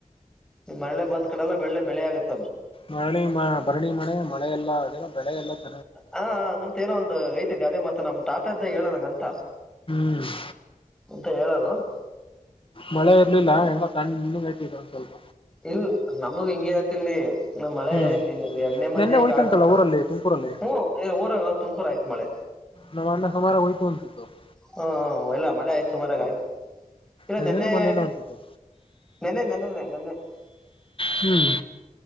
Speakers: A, in the centre; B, on the left (about 40°).
A: ಈ ಮಳೆ ಬಂದ್ ಕಡೆಲ್ಲ ಬೆಳ್ಳೆ ಬೆಳೆ ಆಗತ್ತೆ.
B: ಮಳಿ ಮ ಭರಣಿ ಮನೆ ಮಳೆ ಎಲ್ಲ ಅದ ಬೆಳೆ ಎಲ್ಲ <unintelligible>
A: ಹಾ, ಹ್ಹಂಗಂತ ಏನೋ ಒಂದು ರೈತೆ ಗಾದೆ ಮಾತ ನಮ್ ತಾತ ಇದ್ದಾಗ ಹೇಳರ್ಂಗಂತ.
B: ಹ್ಮ <inaudible>
A: ಮತ್ತ ಹೇಳರು <unintelligible>
B: ಮಳೆ ಇರ್ಲಿಲ್ಲ ಹೆಂಗ ಕಣ್ಣ್ ಇನ್ನುಂಗ ಐತಿ ಒಂದ್ ಸ್ವಲ್ಪ.
A: ಇಲ್ ನಮಗ್ ಹಿಂಗೆ ಆತಿಲ್ಲಿ. ನ ಮಳೆ
B: ಹ್ಞೂ
A: ನಿನ್ನೆ- ಮೊನೇ
B: ನೆನ್ನೆ
A: ಹಿಂಗ
B: ಹೋಯ್ತಂತಲ್ಲ
A: ಆಗ್ದ
B: ಊರಲ್ಲಿ ತುಮಕೂರಲ್ಲಿ
A: ಹ್ಮ್, ಊರ ತುಮಕೂರು ಆಯ್ತ್ ಮಳೆ.
B: ನ ಮಾಡ್ಣ ಸಮಾರ ವಯತನ್ಂತತ್ತು <unintelligible>
A: ಹ್ಮ, ಎಲ್ಲ ಮಳೆ ಆಯ್ತು ಸುಮಾರಾಗ ಆಯ್ತು ಇಲ್ಲ
B: ನೆನ್ನೆನ
A: ನಿನ್ನೆ.
B: ಮೊನ್ನೆನ ಅನ್ಸಿತ್ತು
A: ನೆನ್ನೆ ನನ್ನೆ ನನ್ನೆ <unintelligible>
B: ಹ್ಮ್